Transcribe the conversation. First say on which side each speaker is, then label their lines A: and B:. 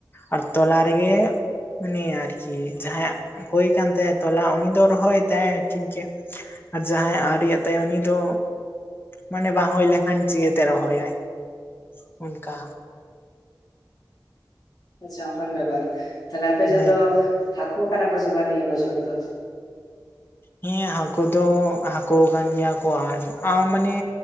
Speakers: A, on the left; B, on the left.
A: ᱟᱨ ᱛᱚᱞᱟ ᱨᱮ ᱜᱮ ᱾ ᱩᱱᱤᱭᱟᱜ ᱟᱨᱪᱤ ᱡᱟᱦᱟᱸᱭᱟᱜ ᱦᱳᱭ ᱠᱟᱱ ᱛᱟᱭᱟ ᱛᱚᱞᱟ ᱩᱱᱤ ᱫᱚ ᱨᱚᱦᱚᱭ ᱛᱟᱭ ᱴᱷᱤᱠ ᱜᱮ ᱾ ᱟᱨ ᱡᱟᱦᱟᱸᱭ ᱟᱜ ᱟᱣᱨᱤ ᱟᱜ ᱛᱟᱭᱟ ᱩᱱᱤ ᱫᱚ ᱢᱟᱱᱮ ᱵᱟ ᱦᱩᱭ ᱞᱮᱱᱠᱷᱟᱱ ᱪᱮᱛᱮ ᱨᱚᱦᱚᱭᱟᱭ? ᱚᱱᱠᱟ ᱾
B: ᱟᱪᱪᱷᱟ ᱚᱱᱠᱟᱱ ᱵᱮᱯᱟᱨ ᱛᱟᱦᱞᱮ ᱟᱯᱮ
A: ᱦᱮᱸ
B: ᱥᱮᱫ ᱫᱚ ᱦᱟᱠᱳ ᱠᱟᱱᱟ ᱠᱚ ᱥᱮ ᱵᱟᱝ ᱱᱤᱭᱟᱹ ᱵᱚᱪᱷᱚᱨ ᱫᱚ?
A: ᱦᱮᱸ ᱦᱟᱹᱠᱳ ᱫᱚ ᱦᱟᱹᱠᱳ ᱠᱟᱱ ᱜᱮᱭᱟ ᱠᱚ <unintelligible> ᱢᱟᱱᱮ